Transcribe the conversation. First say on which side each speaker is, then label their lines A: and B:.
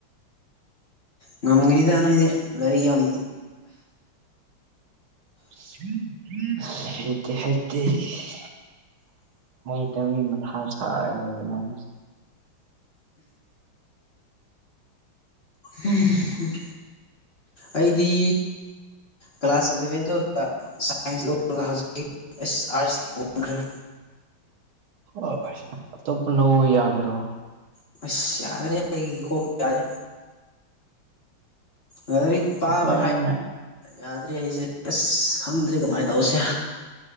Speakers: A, on the left; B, on the right.
A: ꯉꯝꯒꯅꯤꯗ ꯅꯣꯏꯗꯤ ꯂꯥꯏꯔꯤꯛ ꯌꯥꯝ
B: <unintelligible> ꯍꯩꯇꯕꯤ ꯃꯊꯥ ꯁꯥꯕꯁ
A: ꯎꯝ ꯑꯩꯗꯤ ꯀ꯭ꯂꯥꯁ ꯑꯦꯂꯚꯦꯟ ꯇꯨꯌꯦꯜꯇ ꯁꯥꯏꯟꯁꯔꯒ ꯍꯧꯖꯤꯛ ꯎꯁ ꯑꯥꯔꯠꯁ ꯑꯣꯟꯈ꯭ꯔꯦ
B: ꯑꯣꯁ ꯑꯇꯣꯞꯄ ꯂꯧ ꯌꯥꯗ꯭ꯔꯣ
A: <unintelligible> ꯂꯥꯏꯔꯤꯛ
B: ꯑꯩꯈꯣꯏꯅ
A: ꯄꯥꯕ ꯌꯥꯗ꯭ꯔꯦ ꯑꯩꯁꯦ ꯑꯁ ꯈꯪꯗ꯭ꯔꯤ ꯀꯃꯥꯏꯅ ꯇꯧꯁꯦ